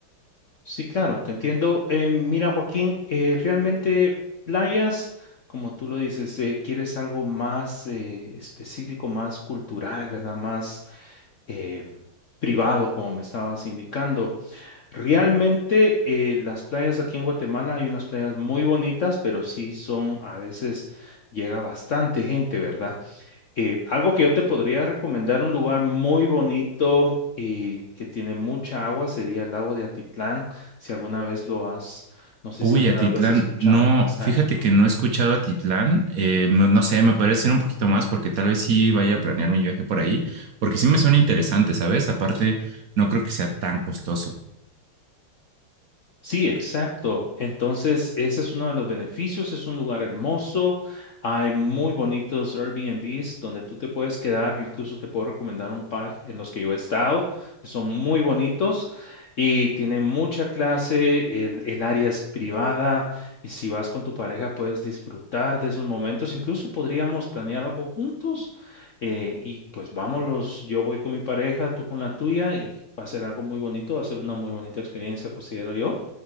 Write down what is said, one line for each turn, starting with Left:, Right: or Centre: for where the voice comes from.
Left: Sí, claro, te entiendo. Eh, mira, Joaquín, eh, realmente playas, como tú lo dices, eh, quieres algo más eh, específico, más cultural, ¿verdad? Más eh, privado, como me estabas indicando. Realmente eh, las playas aquí en Guatemala hay unas playas muy bonitas, pero sí son, a veces llega bastante gente, ¿verdad? Eh, algo que yo te podría recomendar, un lugar muy bonito y que tiene mucha agua, sería el lago de Atitlán, si alguna vez lo has, no sé
Right: Uy,
Left: si alguna
Right: Atitlán,
Left: vez lo has escuchado.
Right: no,
Left: Exacto.
Right: fíjate que no he escuchado Atitlán, eh, no, no sé, me podrías decir un poquito más porque tal vez sí vaya a planear mi viaje por ahí, porque sí me suena interesante, ¿sabes? Aparte, no creo que sea tan costoso.
Left: Sí, exacto. Entonces, ese es uno de los beneficios. Es un lugar hermoso. Hay muy bonitos Airbnbs donde tú te puedes quedar. Yo incluso te puedo recomendar un par en los que yo he estado, que son muy bonitos y tienen mucha clase. El, el área es privada y si vas con tu pareja puedes disfrutar de esos momentos. Incluso podríamos planear algo juntos eh, y pues vámonos. Yo voy con mi pareja, tú con la tuya y va a ser algo muy bonito. Va a ser una muy bonita experiencia, considero yo